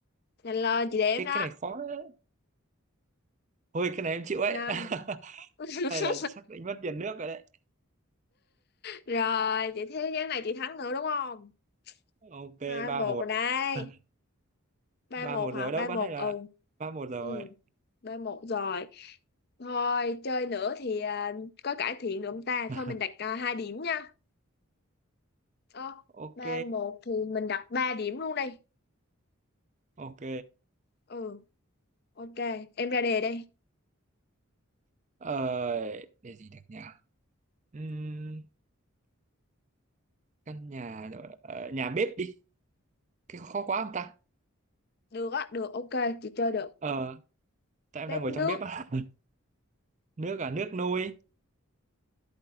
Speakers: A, on the left; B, on the right.
A: nhanh lên chị đếm
B: Ê,
A: đó
B: cái này khó đấy. ôi cái này em chịu ấy
A: năm
B: <laughs>
A: <laughs>
B: này là chắc đánh mất tiền nước rồi đấy
A: Rồi, chị thấy ván này chị thắng nữa đúng không?
B: ok
A: hai
B: ba
A: một
B: một
A: rồi đây.
B: <laughs>
A: 3-1
B: ba một
A: hả?
B: rồi
A: ba
B: đâu bán
A: một
B: này là
A: ừ.
B: ba một rồi
A: Ừ, 3-1 rồi. Thôi, chơi nữa thì à, có cải thiện được không ta?
B: <laughs>
A: Thôi mình đặt à, 2 điểm nha. Ờ,
B: ok
A: 3-1 thì mình đặt 3 điểm luôn đi.
B: ok
A: Ừ, ok. Em ra đề đây.
B: ờ để gì được nhỉ Ừm, căn nhà rồi ờ, nhà bếp đi cái khó quá không ta
A: Được á, được, ok. Chị chơi được.
B: ờ tại em
A: Bếp
B: đang ngồi
A: nước.
B: trong bếp á <laughs> nước à nước nuôi